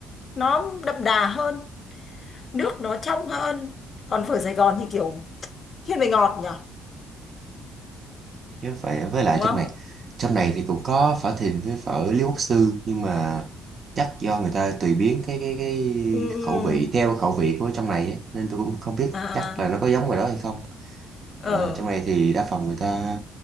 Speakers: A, on the left; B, on the right.
A: nó đậm đà hơn, nước nó trong hơn. Còn phở Sài Gòn thì kiểu thiên về ngọt nhỉ,
B: chứ phải với lại
A: đúng không?
B: trong này trong này thì cũng có phở Thìn với phở Lý Quốc Sư nhưng mà chắc do người ta tùy biến cái cái cái
A: Ừ, ừ. ừ.
B: khẩu vị theo khẩu vị của trong này ấy, nên tôi cũng không biết
A: à,
B: chắc là nó có giống ngoài đó hay không
A: ờ.
B: Ờ, trong này thì đa phần người ta